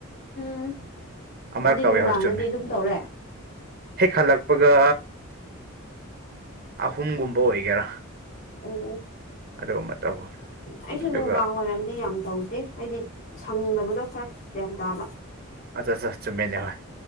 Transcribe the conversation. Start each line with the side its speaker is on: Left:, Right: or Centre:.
Left: ꯎꯝ
Right: ꯑꯃꯔꯛ
Left: ꯑꯗꯨꯗꯤ
Right: ꯇꯧꯋꯦ
Left: ꯅꯨꯡꯗꯥꯡꯗꯗꯤ
Right: ꯍꯣꯏ ꯆꯨꯝꯃꯦ
Left: ꯑꯗꯨꯝ ꯇꯧꯔꯦ
Right: ꯍꯦꯛ ꯍꯜꯂꯛꯄꯒ ꯑꯍꯨꯝꯒꯨꯝꯕ ꯑꯣꯏꯒꯦꯔꯥ
Left: ꯑꯣ
Right: ꯑꯗꯨꯒꯨꯝꯕ ꯇꯧꯋꯦ
Left: ꯑꯩꯁꯨ
Right: ꯑꯗꯨꯒ
Left: ꯅꯨꯡꯗꯥꯡ ꯋꯥꯏꯔꯝꯗꯤ ꯌꯥꯝ ꯇꯧ ꯗꯦ ꯍꯥꯏꯗꯤ ꯁꯪꯗꯕꯗꯣ ꯐꯔꯛ ꯌꯥꯝ ꯇꯥꯕ
Right: ꯑꯠ ꯆꯥ ꯆꯥ ꯆꯨꯝꯃꯦꯅꯦ ꯍꯣꯏ